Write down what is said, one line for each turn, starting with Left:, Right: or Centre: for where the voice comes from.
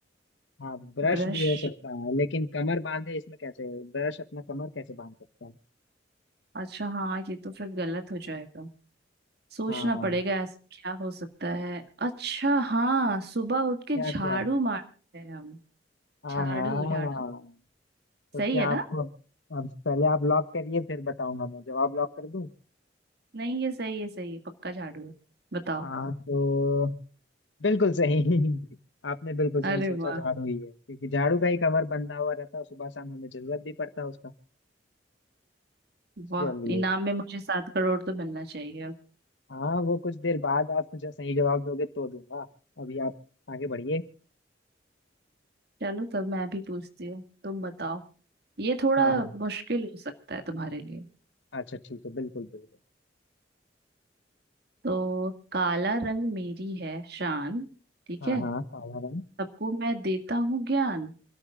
Left: हाँ ब्रश
Right: ब्रश
Left: भी हो सकता है लेकिन कमर बांधे इसमें कैसे ब्रश अपना कमर कैसे बांध सकता है
Right: अच्छा हाँ ये तो फिर गलत हो जाएगा सोचना
Left: हाँ
Right: पड़ेगा ऐसा क्या हो सकता है अच्छा हाँ सुबह उठ के
Left: क्या
Right: झाड़ू
Left: क्या
Right: मारते हैं हम
Left: हाँ
Right: झाड़ू
Left: हाँ।
Right: झाड़ू
Left: तो
Right: सही
Left: क्या
Right: है ना
Left: आप अब पहले आप लॉक करिए फिर बताऊंगा मैं जवाब लॉक कर दूं
Right: नहीं ये सही है सही है पक्का झाड़ू है बताओ
Left: हाँ तो बिल्कुल सही <laughs> आपने बिल्कुल सही
Right: अरे
Left: सोचा
Right: वाह
Left: झाड़ू ही है क्योंकि झाड़ू का ही कमर बंधा हुआ रहता है सुबह शाम हमें जरूरत भी पड़ता है उसका
Right: वाह
Left: चलिए
Right: इनाम में मुझे सात करोड़ तो मिलना चाहिए अब
Left: हाँ वो कुछ देर बाद आप मुझे सही जवाब दोगे तो दूंगा अभी आप आगे बढ़िए
Right: चलो तब मैं भी पूछती हूँ तुम बताओ ये थोड़ा
Left: हाँ हाँ
Right: मुश्किल हो सकता है तुम्हारे लिए
Left: अच्छा ठीक है बिल्कुल बिल्कुल
Right: तो काला रंग मेरी है शान ठीक
Left: हाँ
Right: है
Left: हाँ काला रंग
Right: सबको मैं देता हूँ ज्ञान